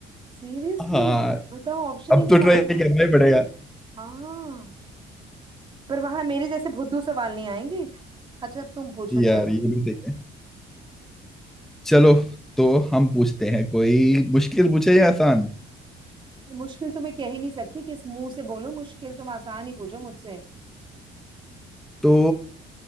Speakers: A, on the right; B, in the centre.
A: सीरियसली
B: हाँ
A: बताओ ऑप्शन
B: अब
A: ही नहीं
B: तो ट्राई
A: मांग रहे हो
B: करना ही पड़ेगा
A: हाँ पर वहां मेरे जैसे भुद्धू सवाल नहीं आएंगे अच्छा तुम पूछो चलो
B: यार ये भी सही है चलो तो हम पूछते हैं कोई मुश्किल पूछे या आसान
A: मुश्किल तो मैं कह ही नहीं सकती किस मुंह से बोलो मुश्किल तुम आसान ही पूछो मुझसे
B: तो